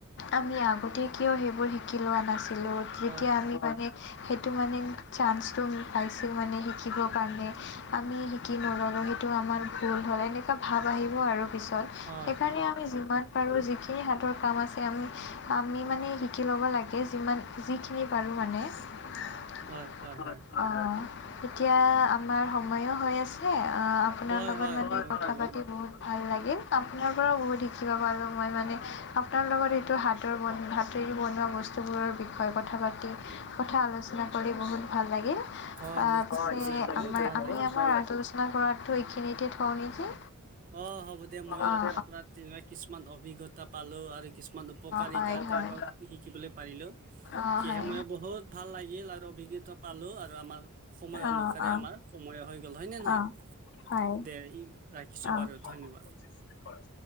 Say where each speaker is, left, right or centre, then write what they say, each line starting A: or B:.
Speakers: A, on the left; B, on the right.
A: আমি আগতে কিয় সেইবোৰ শিকি লোৱা নাছিলোঁ। তেতিয়া
B: হয় হয়
A: আমি মানে সেইটো মানে চান্স টো পাইছিলোঁ মানে শিকিব। কাৰণে আমি শিকি নল'লোঁ সেইটো আমাৰ ভুল হ'ল এনেকুৱা ভাৱ আহিব আৰু। পিছত সেইকাৰণে
B: হয় হয়
A: আমি
B: হয়
A: যিমান
B: হয়
A: পাৰো যিখিনি হাতৰ কাম আছে, আমি আমি মানে শিকি ল'ব লাগে, যিমান যিখিনি পাৰোঁ মানে অ'
B: হয় হয় হয়
A: এতিয়া আমাৰ সময়ো হৈ আছে। অ' আপোনাৰ
B: হয়
A: লগত
B: হয়
A: মানে
B: সময়
A: কথা
B: হৈ গ'ল
A: পাতি বহুত ভাল লাগিল। আপোনাৰ পৰাও বহুত শিকিব পালোঁ, মই মানে আপোনাৰ লগত এইেটো হাতৰ বন হাতে বনোৱা বস্তুবোৰ বোৰৰ বিষয়ে কথা পাতি কথা আলোচনা কৰি বহুত ভাল লাগিল। অ',
B: হয় নিশ্চয়,
A: পিছে
B: নিশ্চয়। বহুত
A: আমাৰ
B: ভাল
A: আমি
B: লাগিল
A: আমাৰ আ আলোচনা কৰাতো এইখিনিতে থওঁ নেকি।
B: অ' হ'ব দিয় মইো
A: অ'। অ',
B: আপোনাৰ পৰা তেনেকুৱা কিছুমান অভিজ্ঞতা পালো আৰু কিছুমান উপকাৰী
A: হয়, হয়।
B: তেনেকুৱাও শিকিবলৈ পাৰিলো।
A: অ',
B: সেয়েহে
A: হয়।
B: মই বহুত ভাল লাগিল আৰু অভিজ্ঞতা পালো। আৰু আমাৰ সময়
A: অ',
B: অনুসাৰে
A: অ'।
B: আমাৰ সময় হৈ গ'ল হয় নে নহয়
A: অ হয়
B: দে ই ৰা।
A: অ
B: বাৰু, ধন্যবাদ।
A: ধন্যবাদ।